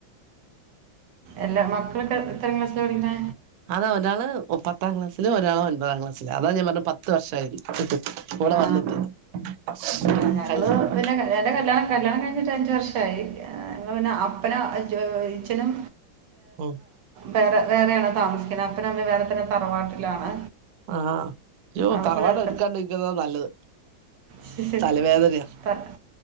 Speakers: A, on the right; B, on the right.
A: എല്ലാ മക്കളൊക്കെ എത്രാം ക്ലാസിലാ പഠിക്കണേ
B: അതോ ഒരാള് പത്താം ക്ലാസില് ഒരാള് ഒൻപതാം ക്ലാസ്സില് അതാ ഞാൻ പറഞ്ഞേ പത്ത് വർഷായിന്ന് കൂടെ
A: ആ
B: വന്നിട്ട് <unintelligible>
A: ആ ഞങ്ങള് പിന്നെ എൻ്റെ കല്യാണം കല്യാണം കഴിഞ്ഞിട്ട് അഞ്ച് വർഷായി പിന്നെ അപ്പനും ജോ ഇച്ഛനും
B: ഉം
A: വേറെ വേറെയാണ് താമസിക്കുണെ അപ്പനും അമ്മേം വേറെ തന്നെ തറവാട്ടിലാണ്
B: ആ യ്യോ
A: അവർക്ക്
B: തറവാട്
A: വേറെ
B: എടുക്കാണ്ടിരിക്കാ നല്ലത്
A: <unintelligible>
B: തലവേദനയാ
A: തർ